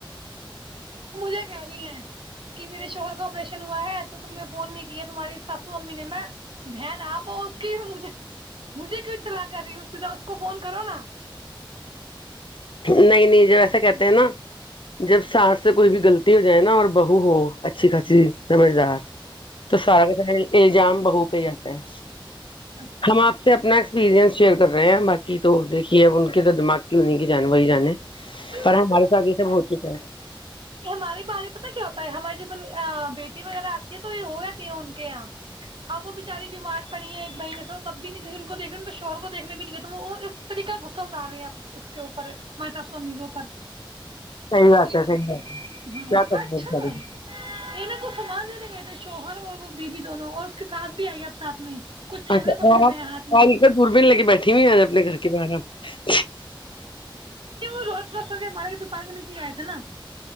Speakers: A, on the right; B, on the left.
A: مجھے کہ رہی ہیں کہ میرے شوہر کا آپریشن ہوا ہے تو تم نے فون نہیں کیا تمہاری ساسو امی نے میں بہن آپ اس کیج مجھے کیوں اطلاع کر رہی ہوں سیدھا اس کو فون کرو نا
B: نہیں نہیں جب ایسا کہتے ہیں نا جب سانس سے کوئی بھی غلطی ہو جائے نا اور بہو ہو اچھی خاصی سمجھدار تو سارا کتا ہے الزام بہو کہ ہی آتا ہے
A: اچھا
B: ہم آپ سے اپنا سپیرئنس شیئر کر رہے ہیں باقی تو دھیے اب ان کے تو دماغ کی ہو نہیں کی جان وہی جانے
A: نہیں
B: پر
A: ویسے
B: ہمارے
A: ب
B: ساتھ
A: صی
B: یہ سب
A: رہتی
B: ہو چکا
A: ہے کہ ہمارے بارے میں پتا کیا ہوتا ہے ہماریے جب بیٹی وغیرہ آتی ہے تو یہ ہو جاتی ہے ان کے یہاں اب وہ بچاری بیمار پڑی ہے ایک بہنے سے تب بھی ان کو دنے تو شہور کو دیکھنے بھی نلے اس طریق کا گغصہ اتارے ہیں ا اس کے اوپر میں سمی کوو پر
B: صحیح بات
A: کہ
B: ہے
A: وہ
B: صحیح بات ہے
A: ہاں
B: کیا کریں
A: اچھا
B: گے بچارے
A: انیں کو سامان دینے گئے تھے شوہر اور وہ بیوی دونوں اور اس کے خاس بھی آئی ہے آپ سات میں کچھ تھیلے
B: اچھا
A: پکڑے
B: آپ
A: ہوئے ہیں ہاتھ میں
B: آ تو دوربین لے کے بیٹھی ہوئی آ اپنے گھر کے باہر آپ
A: وہ روز پر سو ہمارے کی دکان کے نیچے آئے تھے نا